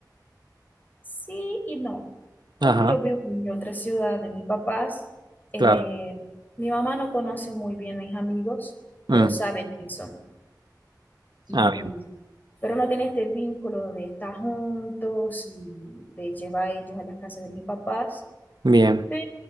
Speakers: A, on the left (about 25°); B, on the right (about 80°).
A: Sí y no. Como
B: Ajá,
A: yo vivo en otra ciudad de mis papás, eh,
B: claro.
A: mi mamá no conoce muy bien a mis amigos,
B: Mm.
A: pero sabe quién son. Y,
B: Ah,
A: pero no tiene este vínculo de estar juntos y de llevar a ellos a las casas de mis papás,
B: bien.
A: pero